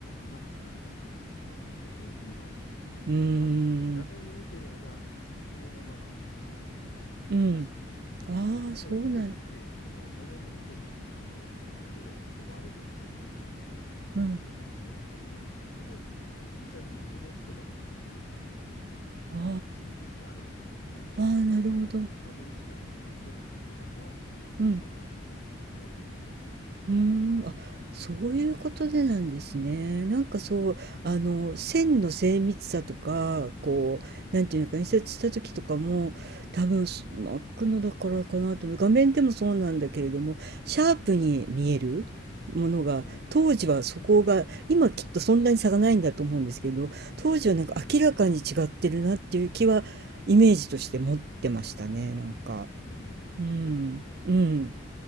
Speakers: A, on the left (about 55°); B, on the right (about 50°).
A: Mac がやっぱり良いいいらしいんですよね。
B: うーん。
A: あの、Mac って画面で見てるのが、そのまま印刷できるらしいんですよ。
B: うん。ああ、そうなん。
A: でも Windows って、その画面で見てるのを、その例えばこうワードとかで文打って、こう、
B: うん。
A: 一枚これでって言っても、あの、実際に打ち出すとなんかちょっとずれてたりとか
B: あ
A: するケースがあるらしいんですよね。
B: あ。ああ、
A: だからそのパブリッシャーみたいな、
B: なるほど。
A: そういう人たちは、
B: うん。
A: やっぱ Mac が標準みたいな形になってるらしいです。
B: うーん、あ、そういうことでなんですね。
A: 今でも。うん。
B: なんかそう、
A: うん。
B: あの、線の精密さとか、こう、
A: うん。
B: なんていうのか、印刷した時とかも、多分、す真っ黒だからかなと思う。画面でもそうなんだけれども、シャープに見えるものが、
A: うん。
B: 当時はそこが、今きっとそんなに差がないんだと思うんですけど、当時はなんか明らかに違ってるなっていう気は、
A: うん。
B: イメージとして持ってましたね、なんか。
A: うんそうですよね。
B: うん、うん。